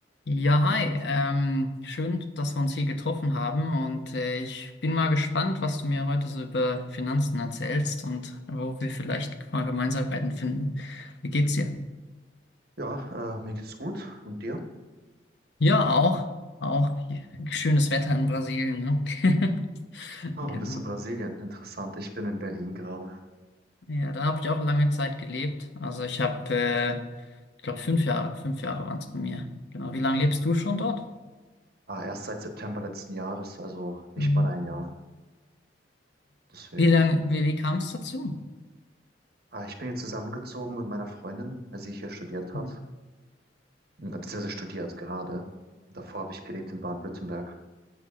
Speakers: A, on the left (about 65°); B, on the right (about 55°).
A: Ja, hi. Ähm, schön, dass wir uns hier getroffen haben und äh, ich bin mal gespannt, was du mir heute so über Finanzen erzählst und wo wir vielleicht mal Gemeinsamkeiten finden. Wie geht's dir?
B: Ja, äh, mir geht's gut. Und dir?
A: Ja, auch. Auch schönes Wetter in Brasilien, ne? <laughs>
B: Ah,
A: Genau.
B: ein bisschen Brasilien. Interessant. Ich bin in Berlin gerade.
A: Ja, da habe ich auch lange Zeit gelebt. Also ich habe, äh, ich glaube, fünf Jahre, fünf Jahre waren es bei mir. Genau. Wie lange lebst du schon dort?
B: Ah, erst seit September letzten Jahres, also nicht
A: Mhm.
B: mal ein Jahr. Deswegen.
A: Wie lang, wie, wie kam es dazu?
B: Ah, ich bin hier zusammengezogen mit meiner Freundin, weil sie hier studiert hat.
A: Mhm.
B: Hm, äh, Beziehungsweise studiert gerade. Davor habe ich gelebt in Baden-Württemberg.